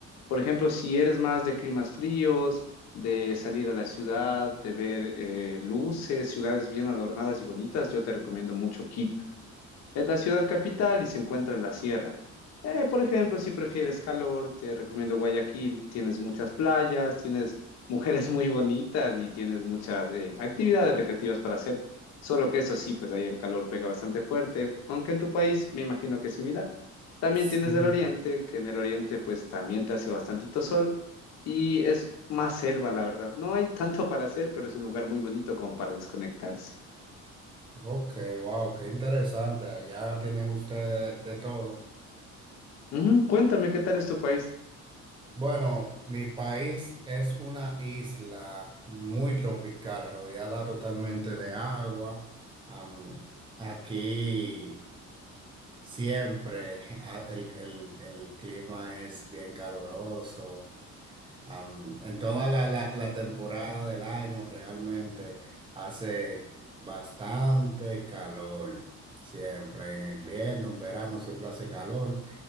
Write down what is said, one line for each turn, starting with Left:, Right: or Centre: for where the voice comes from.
Left: Por ejemplo, si eres más de climas fríos, de salir a la ciudad, de ver eh, luces, ciudades bien adornadas y bonitas, yo te recomiendo mucho Quito. Es la ciudad capital y se encuentra en la sierra. Eh, por ejemplo, si prefieres calor, te recomiendo Guayaquil. Tienes muchas playas, tienes mujeres <laughs> muy bonitas y tienes muchas eh, actividades recreativas para hacer. Solo que eso sí, pues ahí el calor pega bastante fuerte, aunque en tu país me imagino que es similar. También
Right: Sí.
Left: tienes el oriente, que en el oriente pues también te hace bastantito sol y es más selva, la verdad. No hay <laughs> tanto para hacer, pero es un lugar muy bonito como para desconectarse.
Right: Ok, wow, qué interesante. Allá tienen ustedes de todo.
Left: Ujú, Cuéntame, ¿qué tal es tu país?
Right: Bueno, mi país es una isla muy tropical, rodeada totalmente de agua. Am, aquí siempre a- el, el- el clima es bien caloroso. Am, en toda la, la- la temporada del año realmente hace bastante calor. Siempre en invierno, en verano siempre hace calor.